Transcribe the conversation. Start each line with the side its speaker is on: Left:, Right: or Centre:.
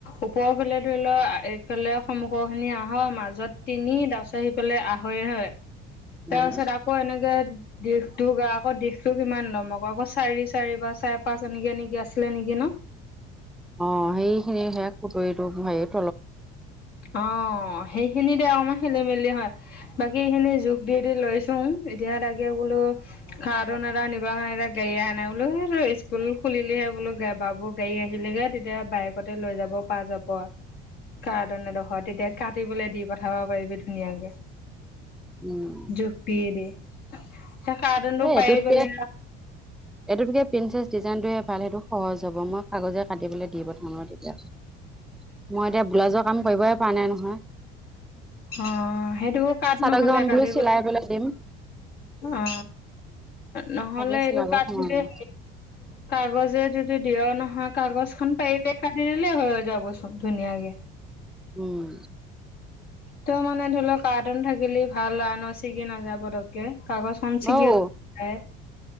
Left: ওপৰৰ ফালে ধৰি লও এইফালে সন্মুখ খিনি আহ হয়। মাজত তিনি তাৰ পিছত লে আহয়ে হয়। তাৰ
Centre: উম
Left: পাছত আকৌ এনেকে দিশটো আকৌ দিশ টো কিমান দম আকৌ আকৌ চাৰি চাৰি বা চাৰে পাঁচ এনেকে একি আছিলে। নেকি ন?
Centre: অ', সেই খিনি সে খুতুৰৰিটো হেৰিত
Left: অ', সেইখিনিতে অকমান খেলি মেলি হয়। বাকী এইখিনি জোখ দি দি লৈছো এতিয়া তাকে বোলো খাৰ ধন এটা নিবা এতি গেৰি নাই বোলো সেই স্কুল খুলিলিহে বোলো গে বাবোৰ গাড়ী আহিলেগে তেতিয়া বাইকতে লৈ যাব পা যাব। কাৰ ধণেডোখৰ তেতিয়া কাটিবলৈ দি পঠাব পাৰিবি ধুনীয়াকে।
Centre: উম।
Left: জোখ দি দি। সেই কাৰ্টনটো
Centre: এ
Left: পাৰি
Centre: এইটোত
Left: পেলাই
Centre: কে
Left: <inaudible>
Centre: এইটো তেতিে প্ৰিচেছ ডিজাইনটোহে ভাল সেইটো সহজ হ'ব মই কাগজে কাটিবলৈ দি প্ৰথানৰ তেতিয়া। মই এতিয়া বোলাাজৰ কাম কৰিবই পৰা নাই নহয়।
Left: অ সেইটোকো কাট
Centre: চাদৰ
Left: নহলে
Centre: কেইখন
Left: কাটব,
Centre: বোলো চিলাই পেলাই দিম
Left: অ। নহ'লে
Centre: তাকে চিলাব
Left: এইটো কাট
Centre: সময়
Left: <unintelligible>
Centre: নাই
Left: কাগজে যদি দিয় নহয়, কাগজ খ পাৰিলে কাটি দিলেই হৈ হৈ যাবচোন ধুনীয়াকে
Centre: উম,
Left: তো মানে ধৰি লওক কাৰ্ন থাকিলি ভাল আৰু ন ছিগি নাযা পদক কাগজখনঞ্চি
Centre: অঔ
Left: য